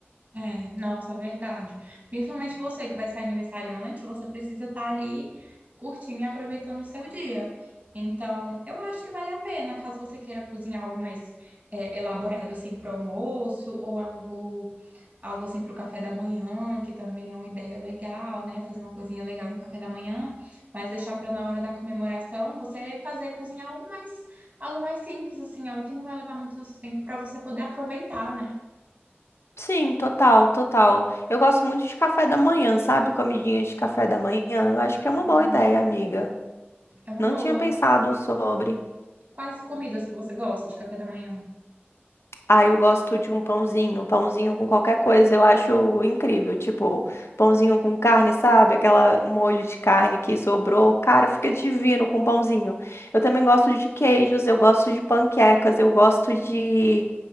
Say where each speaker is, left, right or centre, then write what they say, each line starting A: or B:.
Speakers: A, on the right (about 30°); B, on the left (about 80°).
A: É, nossa, verdade. Principalmente você que vai ser aniversariante, você precisa estar ali curtindo e aproveitando o seu dia. Então, eu acho que vale a pena, caso você queira cozinhar algo mais é, elaborado assim para o almoço ou algo, algo assim para o café da manhã, que também é uma ideia legal, né? Fazer uma coisinha legal no café da manhã, mas deixar para na hora da comemoração, você fazer cozinhar algo mais, algo mais simples assim, algo que não vai levar muito do seu tempo para você poder aproveitar, né?
B: Sim, total, total. Eu gosto muito de café da manhã, sabe? Comidinhas de café da manhã. Eu acho que
A: Hum,
B: é uma boa ideia, amiga.
A: É uma
B: Não
A: boa.
B: tinha pensado sobre.
A: Quais comidas que você gosta de café da manhã?
B: Ah, eu gosto de um pãozinho, pãozinho com qualquer coisa, eu acho incrível. Tipo, pãozinho com carne, sabe? Aquela molho de carne que sobrou. Cara, fica divino com pãozinho. Eu também gosto de queijos, eu gosto de panquecas, eu gosto de,